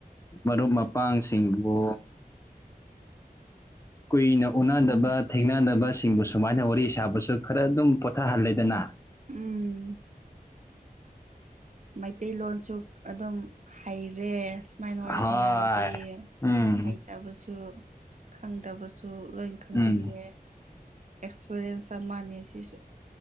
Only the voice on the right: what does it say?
ꯎꯝ
ꯎꯝ ꯃꯩꯇꯩꯂꯣꯟꯁꯨ ꯑꯗꯨꯝ ꯍꯩꯔꯦꯁ ꯃꯥꯏꯅ ꯋꯥꯔꯤ
ꯁꯅꯥꯔꯗꯤ <unintelligible>
ꯇꯕꯁꯨ ꯈꯪꯗꯕꯁꯨ ꯂꯣꯏ ꯈꯪꯖꯤꯜꯂꯦ
ꯑꯦꯛꯁꯄꯔꯤꯌꯦꯟꯁ ꯑꯃꯅꯤ ꯁꯤꯁꯨ